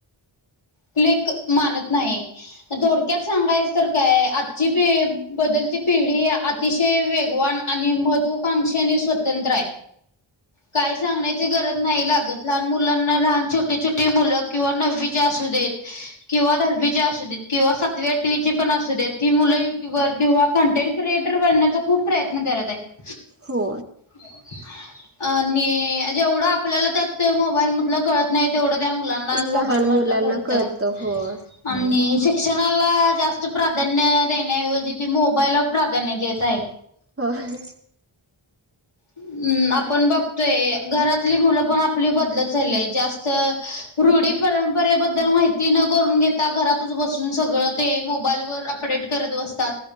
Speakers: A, on the left (about 85°); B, on the right (about 30°).
A: आपलेक मानत नाही. थोडक्यात सांगायचं तर काय, आजची पि बदलती पिढी अतिशय वेगवान आणि महत्त्वाकांक्षा आणि स्वातंत्रय. काही सांगण्याची गरज नाही लागत. लहान मुलांना लहान छोटी छोटी मुलं किंवा नववीच्या असुदेत. किंवा दहावीची असूेदेत किंवा सातवी आठवीची पण असूदेत ही मुलं युट्युबर किंवा कंटेंट क्रिएटर बनण्याचा खूप प्रयत्न करत आहेत.
B: हो.
A: हो. आणि जेवढं आपल्याला त्यात मोबाईल मधलं कळत नाही तेवढं त्या मुलांना
B: लहान
A: मोबाईल
B: मुलांना
A: <inaudible>
B: कळतं होय
A: आणि शिक्षणाला जास्त प्राधान्य देण्याऐवजी, ते मोबाईलला प्राधान्य देत आहेत.
B: होय.
A: हम्! आपण बघतोय घरातली मुलं पण आपली बदलत चालीय जास्त रुढी परंपरेबद्दल माहिती न करून घेता, घरातच बसून सगळं ते मोबाईलवर अपडेट करत बसतात,